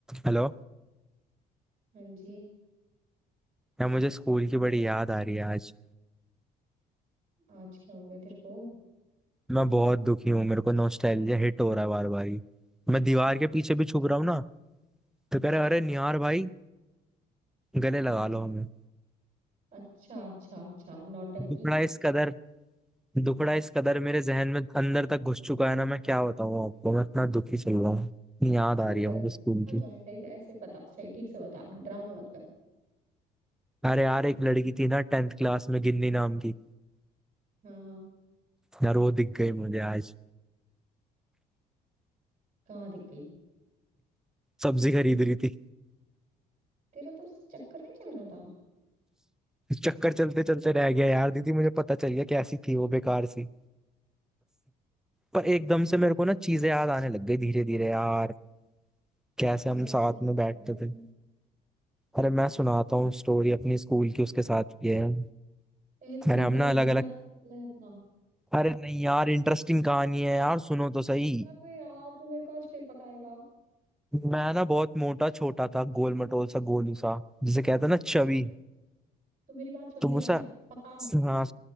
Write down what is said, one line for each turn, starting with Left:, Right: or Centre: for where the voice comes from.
Centre: Hello
Right: हाँ जी
Centre: यार मुझे school की बड़ी याद आ रही है आज
Right: आज क्या हो गया तेरे को
Centre: मैं बहुत दुखी हूँ मेरे को नॉस्टैल्जिया हिट हो रहा है बार बार ही मैं दीवार के पीछे भी छुप रहा हूँ ना तो कह रहे अरे निहार भाई गले लगा लो हमें
Right: अच्छा अच्छा अच्छा नौटंकी
Centre: दुखड़ा इस कदर दुखड़ा इस कदर मेरे जहन में अंदर तक घुस चुका है ना मैं क्या बताऊँ आपको मैं इतना दुखी चल रहा हूँ इतनी याद आ
Right: चुप
Centre: रही है
Right: कर
Centre: मुझे
Right: हुआ
Centre: स्कूल की
Right: क्या है सही से ऐसे बता सही ठीक से बता ड्रामा मत कर
Centre: अरे यार एक लड़की थी ना टेंथ क्लास में गिन्नी नाम की
Right: हाँ हाँ
Centre: यार वो दिख गई मुझे आज
Right: कहाँ दिख गई
Centre: सब्जी खरीद रही
Right: तेरा तो उससे चक्कर नहीं चल रहा था
Centre: चक्कर चलते चलते रह गया यार दीदी मुझे पता चल गया कैसी थी वो बेकार सी पर एकदम से मेरे को ना चीजें याद आने लग गई धीरे धीरे यार कैसे हम
Right: क्या
Centre: साथ
Right: चीज बताने
Centre: में बैठते
Right: लगी
Centre: थे अरे मैं सुनाता हूँ स्टोरी अपनी स्कूल की उसके साथ ये है।
Right: ए तू
Centre: अरे
Right: मतलब
Centre: हम ना
Right: अब
Centre: अलग
Right: दुखड़ा
Centre: अलग
Right: निकाला है अपना
Centre: अरे नहीं यार इंटरेस्टिंग कहानी है यार सुनो तो सही
Right: अबे यार तू मेरे को आज फिर पकाएगा
Centre: मैं ना बहुत मोटा छोटा था गोल मटोल सा गोलू सा जिसे कहते हैं ना चबी
Right: तू मेरी बात सुन
Centre: तो
Right: भी
Centre: मुझे
Right: रहा है पका मत मुझे
Centre: हाँ